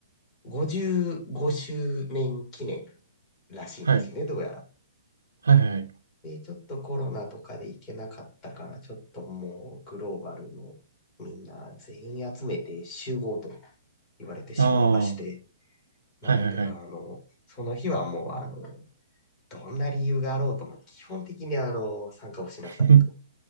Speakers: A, on the left (about 30°); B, on the right (about 85°).
A: 55周年記念らしいんですね、
B: はい。
A: どうやら。
B: はいはいはい。
A: で、ちょっとコロナとかで行けなかったから、ちょっともう、グローバルのみんな全員集めて集合と言われてしまいまして、
B: ああ、はいはいはい。
A: なので、あの、その日はもう、あの、どんな理由があろうとも、基本的にあの、参加をしなさいと
B: <laughs>